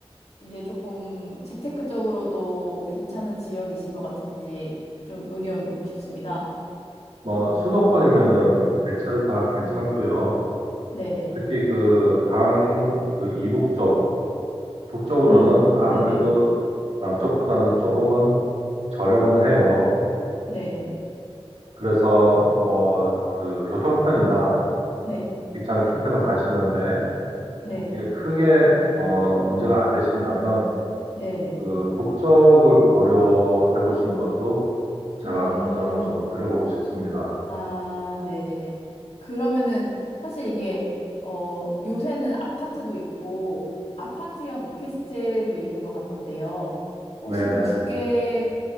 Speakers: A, on the left; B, on the right.
A: 이제 조금 재테크적으로도 괜찮은 지역이신 것 같은지 좀 의견 묻고 싶습니다.
B: 뭐 수도권이면은 대체로 다 괜찮고요.
A: 네네.
B: 특히 그 강 그 이북 쪽 북쪽으로는
A: 음,
B: 아무래도
A: 네네.
B: 남쪽보다는 조금은 저렴은 해요.
A: 네네.
B: 그래서 뭐 그 교통편이나
A: 네.
B: 직장 출퇴근하시는데
A: 네.
B: 이게 크게 뭐 문제가 안 되신다면
A: 네네.
B: 그 북쪽을 고려해 보시는 것도 제가
A: 음.
B: 권장을 좀 드려보고 싶습니다.
A: 아, 네네네. 그러면은 사실 이게, 어, 요새는 아파트도 있고, 아파트형 오피스텔도 있는 것 같던데요. 혹시
B: 네네.
A: 그 두 개에